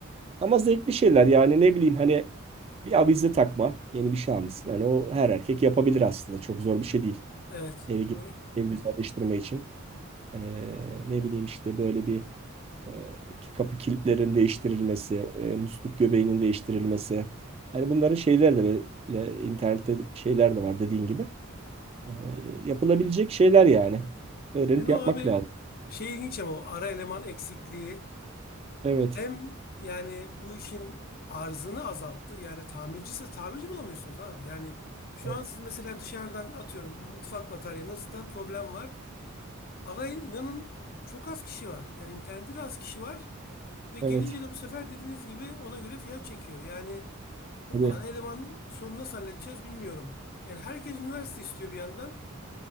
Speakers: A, on the right (about 30°); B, on the left (about 45°).
A: Ama zevkli şeyler yani ne bileyim hani bir avize takma yeni bir şey almışsın. Hani o her erkek yapabilir aslında çok zor bir şey değil.
B: Evet.
A: Evi, gü-
B: Doğru.
A: evi güzelleştirme için. Ee, ne bileyim işte böyle bir e, kapı kilitlerin değiştirilmesi, e, musluk göbeğinin değiştirilmesi. Hani bunların şeyler de böyle internette şeyler de var dediğin gibi. Ee, yapılabilecek şeyler yani. Öğrenip
B: Bizim o
A: yapmak
B: abi
A: lazım.
B: şey ilginç ama o ara eleman eksikliği
A: Evet.
B: hem yani bu işin arzını azalttı. Yani tamircisi tamirci bulamıyorsunuz abi. Yani şu
A: Evet.
B: an siz mesela dışarıdan atıyorum mutfak bataryanızda problem var. Alay inanın çok az kişi var. Yani internette de az kişi var. Ve gelince
A: Evet.
B: de bu sefer dediğiniz gibi ona göre fiyat çekiyor. Yani bu
A: Tabii.
B: ana eleman sorunu nasıl halledeceğiz bilmiyorum. Yani herkes üniversite istiyor bir yandan.